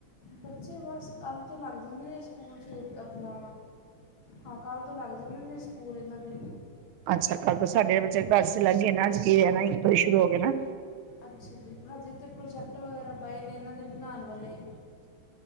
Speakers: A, on the left; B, on the right.
A: ਬੱਚੇ ਬਸ ਕੱਲ੍ਹ ਤੋਂ ਲੱਗ ਜਾਂਦੇ ਨੇ ਸਕੂਲ 'ਚ ਆਪਣਾ ਹਾਂ ਕੱਲ ਤੋਂ ਲੱਗ ਜਾਣੇ ਨੇ ਸਕੂਲ ਇਹਨਾਂ ਦੇ
B: ਅੱਛਾ ਕੱਲ੍ਹ ਤੋਂ ਸਾਡੇ ਬੱਚੇ ਦੱਸ 'ਚ ਲੱਗ ਗਏ ਨਾ ਇੱਕ ਸ਼ੁਰੂ ਹੋ ਗਏ ਨਾ
A: ਅੱਛਾ ਜੀ ਹਜੇ ਤੇ ਪ੍ਰੋਜੈਕਟ ਵਗੈਰਾ ਪਏ ਨੇ ਇਹਨਾਂ ਦੇ ਬਣਾਣ ਵਾਲੇ